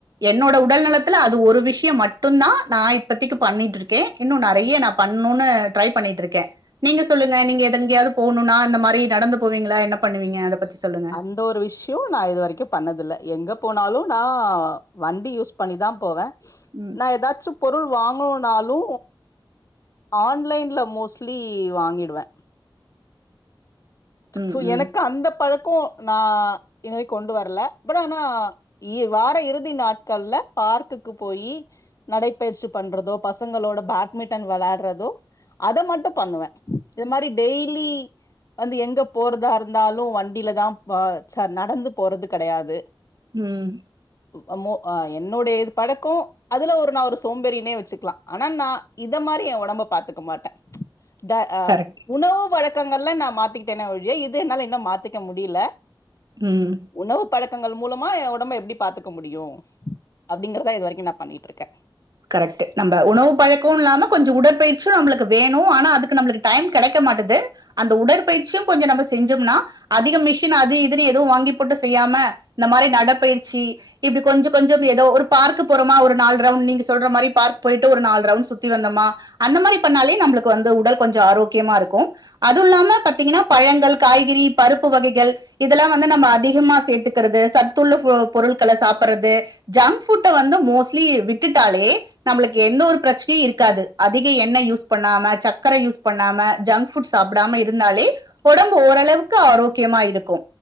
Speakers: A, on the right; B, on the left.
A: என்னோட உடல் நலத்துல அது ஒரு விஷய மட்டுந்தா நா இப்பத்திக்கு பண்ணிட்ருக்கே இன்னு நெறய நா பண் பண்னுணு ட்ரை பண்ணிட்ருக்கே நீங்க சொல்லுங்க நீங்க எதங் எங்கயாவது போணுனா இந்த மாரி நடந்து போவீங்களா என்ன பண் பண்ணுவீங்க அத பத்தி சொல்லுங்க
B: அந்த ஒரு விஷய நா இது வரைக்கு பண்ணதில்ல எங்க போனாலு நா வண்டி யூஸ் பண்ணிதா போவே
A: ம்
B: நா ஏதாச்சு பொருள் வாங்குனாலு ஆன்லைன்ல மோஸ்லி வாங்கிடுவே
A: ம்
B: சோ
A: ம்
B: எனக்கு அந்த பழ கோ நா <unintelligible> கொண்டு வரல பட் ஆனா இ வார இறுதி நாட்கள்ல ப பார்க்குக்கு போய் நடைப்பயிற்சி பண்றதோ பசங்களோட பேட்மிட்டன் விளயாடுறதோ அத மட்டு பண்ணுவே இது மாரி டெய்லி வந்து எங்க போறதா இருந்தாலு வண்டில தா பா ச நடந்து போறது கிடையாது
A: ம்
B: அ மோ அ என்னுடைய இது பழக்கோ அதுல ஒரு நா ஒரு சோம்பேறினே வ வசுக்லா ஆனா நா இதமாரி என் உடம்ப பாத்துக்க மாட்டே த அ
A: கரெக்ட்
B: உணவு வழக் கங்கள்ல நா மாத்திக்கிட்டேனே ஒலிய இது என்னால இன்னு மாத்திக்க முடில
A: ம்
B: உணவு பழக்க க்கங்கள் மூலமா எ உடம்ப எப்டி பாத்துக்க முடியு அப்டிங்கறத இது வரக்கு நா பண்ணிட்ருக்கே
A: கரெக்டு நம்ப உணவு பழக்க இல்லாம கொஞ்ச உடற்பயிற்சு நம்மளுக்கு வேணு ஆனா அதுக்கு நம்ளுக்கு டைம் கிடக்க மாட்டது அந்த உடற்பயிற்சியு கொஞ்ச நம்ப செஞ்சோம்னா அதிக மிஷின் அது இது எதுவு வாங்கி போட்டு செய்யாம இந்த மாரி நடப்பயிற்சி இப்டி கொஞ்ச கொஞ்ச ஏதோ ஒரு பார்க்கு போறமா ஒரு நாலு ரவுண்ட் நீங்க ஸ் சொல்ற மாரி பார்க் போயிட்டு ஒரு நாலு ரவுண்ட் சுத்தி வந்தமா அந்த மாரி பண்ணாலே நம்ளுக்கு வந்து உடல் கொஞ்ச ஆரோக்கியமா இருக் கு அது இல்லாம பத்தீங்கனா பழங்கள் காய்கறி பருப்பு வகைகள் இதெல்லா வந்து நம்ம அதிகமா சேத்துக்கிறது சத்துள்ள பொ பொருட்கள சாப்றது ஜங்க் புட்ட வந்து மோஸ்ட்லி விட்டு டாலே நம்ளுக்கு எந்த ஒரு பிரச்னயு இருக்காது அதிக எண்ணெ யூஸ் பண்ணாம சக்கர யூஸ் பண்ணாம ஜங்க் புஃட் சாப்டாம இருந்தாலே உடம்பு ஓரளவுக்கு ஆரோக்கியமா இருக்கு